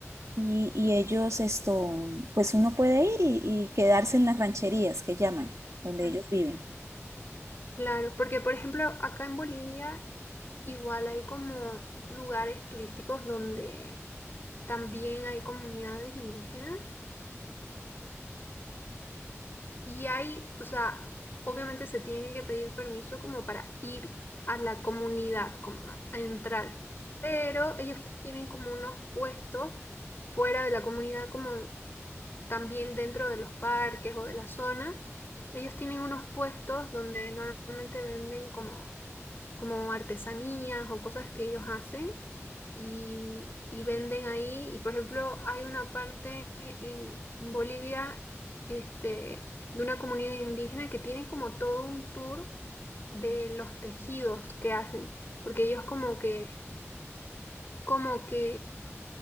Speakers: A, on the right (about 80°); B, on the left (about 45°).
A: y, y ellos esto, pues uno puede ir y, y quedarse en las rancherías que llaman, donde
B: ujú,
A: ellos viven.
B: claro, porque por ejemplo, acá en Bolivia igual hay como lugares turísticos donde también hay comunidades indígenas Y hay, o sea, obviamente se tiene que pedir permiso como para ir a la comunidad, como a a entrar, pero ellos tienen como unos puestos fuera de la comunidad, como también dentro de los parques o de la zona. Ellos tienen unos puestos donde normalmente venden como como artesanías o cosas que ellos hacen y, y venden ahí. Y por ejemplo, hay una parte en, en Bolivia, este, de una comunidad indígena que tiene como todo un tour de los tejidos que hacen, porque ellos como que, como que